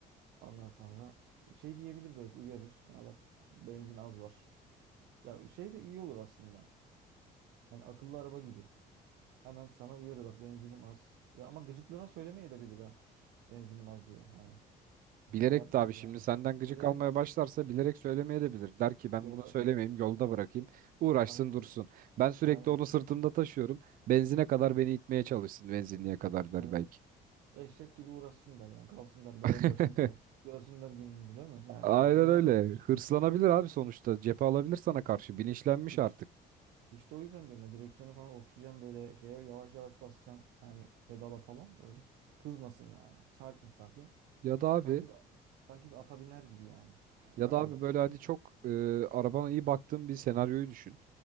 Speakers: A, on the right; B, on the right.
A: Ondan sonra şey diyebilir belki uyarır. Ya bak benzin az var. Ya şey de iyi olur aslında. Yani akıllı araba gibi. Hemen sana uyarıyor bak benzinim az. Ya ama gıcıklığına söylemeye de bilir ha. Benzinim az diye. Hani
B: Bilerek
A: Şey yapmaz
B: de abi şimdi
A: yani.
B: senden gıcık
A: Bilerek
B: almaya başlarsa bilerek söylemeye söylemeyebilir. Der ki ben
A: yolla.
B: bunu söylemeyeyim yolda
A: Ha,
B: bırakayım. Uğraşsın
A: aynen.
B: dursun. Ben sürekli
A: Aynen.
B: onu sırtımda taşıyorum. Benzine kadar beni itmeye çalışsın benzinliğe kadar der
A: Evet.
B: belki.
A: Eşek gibi uğraşsın der yani. Kalsın der dağın
B: <laughs>
A: başında da. Görsünler gününü değil mi? Yani
B: Aynen
A: yap bunu
B: öyle.
A: yapabilir.
B: Hırslanabilir abi sonuçta. Cephe alabilir sana karşı. Bilinçlenmiş
A: İş,
B: artık.
A: işte o yüzden diyorum ya direksiyonu falan okşayacağım böyle şeye yavaş yavaş basacaksın. Yani pedala falan öyle. Kızmasın yani. Sakin sakin.
B: Ya da abi
A: Sanki bir, sanki bir ata biner gibi yani.
B: Ya
A: Öyle
B: da abi
A: gideceksin.
B: böyle hadi çok e, arabana iyi baktığın bir senaryoyu düşün.